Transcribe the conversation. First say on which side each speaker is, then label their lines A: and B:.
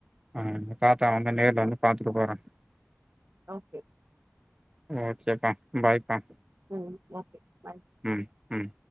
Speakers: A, on the right; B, on the right.
A: அ ஒங்க தாத்தா வந்து நேர்ல வந்து பாத்துட்டு போறன்
B: ஓகே
A: ஓகேப்பா பாய்ப்பா
B: ம் ஓகே பாய்
A: ம் ம்